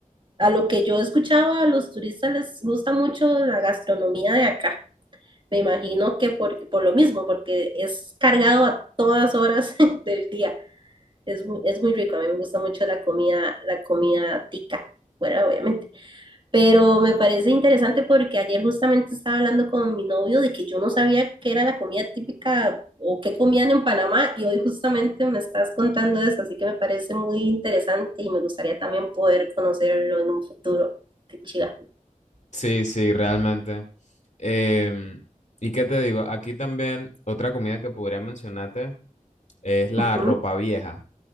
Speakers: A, on the right; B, on the left.
A: A lo que yo he escuchado, a los turistas les gusta mucho la gastronomía de acá. Me imagino que por, por lo mismo, porque es cargado a todas horas <laughs> del día. Es muy, es muy rico, a mí me gusta mucho la comida, la comida tica, bueno, obviamente. Pero me parece interesante porque ayer justamente estaba hablando con mi novio de que yo no sabía qué era la comida típica o qué comían en Panamá y hoy justamente me estás contando eso, así que me parece muy interesante y me gustaría también poder conocerlo en un futuro. Qué chiva.
B: Sí, sí, realmente. Em, ¿y qué te digo? Aquí también otra comida que podría mencionarte es la
A: Ujú.
B: ropa vieja.